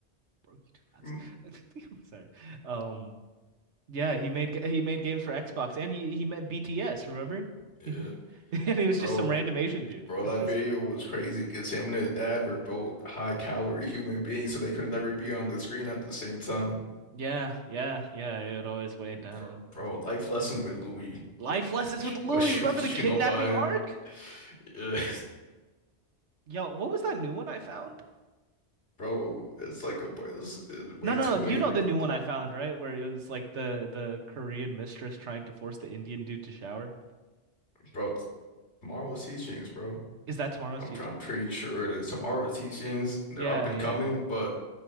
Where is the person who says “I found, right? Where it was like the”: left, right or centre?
Right